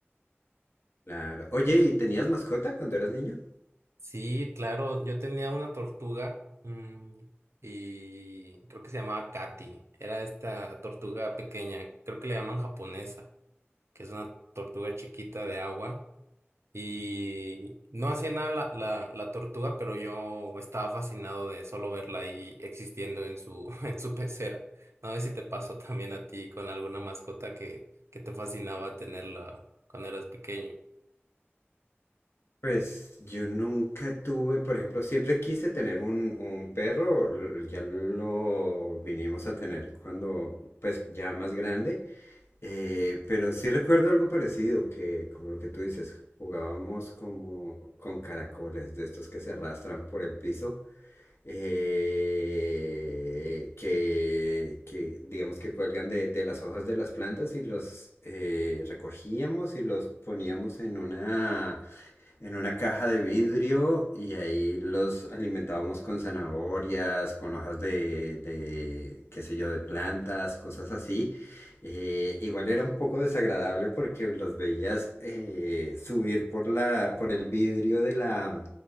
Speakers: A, on the left; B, on the right.
A: Claro. Oye, ¿y tenías mascota cuando eras niño?
B: Sí, claro, yo tenía una tortuga mm, y creo que se llamaba Katy, era esta tortuga pequeña, creo que le llaman japonesa, que es una tortuga chiquita de agua Y no hacía nada la, la, la tortuga, pero yo estaba fascinado de solo verla ahí existiendo en su, <laughs> en su pecera. No sé si te pasó también a ti con alguna mascota que, que te fascinaba tenerla cuando eras pequeño.
A: Pues yo nunca tuve, por ejemplo, siempre quise tener un, un perro, l- ya lo vinimos a tener cuando, pues ya más grande, eh, pero sí recuerdo algo parecido, que como lo que tú dices, jugábamos como con caracoles, de estos que se arrastran por el piso. eh, que, que, digamos que cuelgan de, de las hojas de las plantas y los eh, recogíamos y los poníamos en una en una caja de vidrio y ahí los alimentábamos con zanahorias, con hojas de, de qué sé yo, de plantas, cosas así. Eh, igual era un poco desagradable porque los veías eh, subir por la, por el vidrio de la,